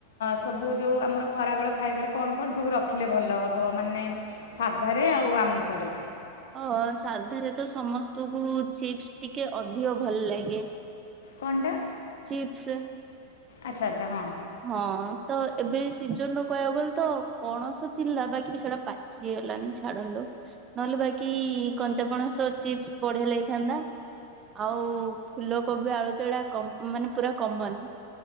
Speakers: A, on the left (about 60°); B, on the right (about 25°).
A: ସବୁ ଯୋଉ ଆମର ଖରାବେଳ ଖାଇବାରେ କଣ କଣ ସବୁ ରଖିଲେ ଭଲ ହେବ ମାନେ ସାଧାରେ ଆଉ ଆମିଷରେ?
B: ଓ ସାଧାରେ ତ ସମସ୍ତଙ୍କୁ ଚିପ୍ସ ଟିକେ ଅଧିକ ଭଲ ଲାଗେ।
A: କଣ୍ଟା।
B: ଚିପ୍ସ।
A: ଆଚ୍ଛା ଆଚ୍ଛା ହଁ।
B: ହଁ ତ ଏବେ ସିଜନ ର କହିବାକୁ ଗଲେ ତ ପଣସ ଥିଲା ବାକି ସେଟା ପା ଚି ଗଲାଣି ଛାଡ଼ନ୍ତୁ। ନହେଲେ ବାଇକି କଞ୍ଚାପଣସ ଚିପ୍ସ୍ ବଢ଼ିଆ ଲାଗିଥାନ୍ତା ଆଉ ଫୁଲକୋବି ଆଳୁତଳା କମ୍ ମାନେ ପୁରା କମନ୍